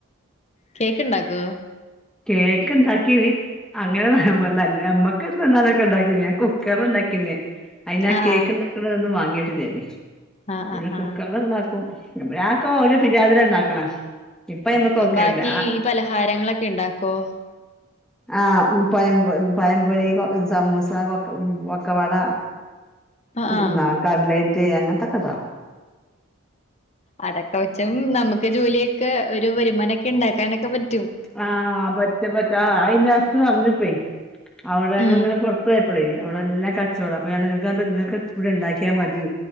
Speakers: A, on the left; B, in the centre.
A: കേക്ക്‌ ഇണ്ടാക്കോ
B: കേക്ക് ഇണ്ടാക്കീന് അങ്ങനെ നമ്മക്ക് എന്താലൊക്കെ ഉണ്ടാക്കി ഞാൻ കുക്കർ ഉണ്ടാക്കിന് അയിന
A: ആ
B: കേക്ക്
A: ആ
B: ഉണ്ടാക്കണ്ടത ഒന്നന്ന് വാങ്ങിയട്ടെ അതരി
A: ആ
B: ഇടെ
A: ആ
B: കുക്കർല്
A: ആ
B: ഉണ്ടാക്കും നമ്മടെക്ക ഒരു പിര്യാതിര ഉണ്ടാക്കണ ഇപ്പൊ അയിമക്കൊക്കെ
A: ബാക്കി
B: ഇല്ല
A: ഈ പലഹാരങ്ങളൊക്കെ ഉണ്ടാക്കും ക്ക
B: ആഹ പയൊ പയംപൊരി സമോസ പൊക്കവട
A: ആ ആ
B: ഇ നാല് ക അട്ലെ റ്റേ അങ്ങനത്തൊക്കെതാും
A: അതൊക്കെ കൊച്ചും നമുക്ക് ജോലിയ ഒെ ഒരു വരുമാനം ഒക്കെ ഉണ്ടാക്കാനൊക്കെപറ്റും
B: ആഹ പറ്റ പറ്റ ആ ഇന്റെ അസ്ം പറഞ്ഞപ്പോേ അവിടെങ്ങ
A: ആ
B: ഇങ്ങനെ പുറത്ത്ു പോയപ്പടേ അവിടെല്ലാം <inaudible> അപ്പ ഞാൻ നിങ്ങത് നിങ്ങക്ക് ഇവിടെ ഉണ്ടാക്കിയാ മതി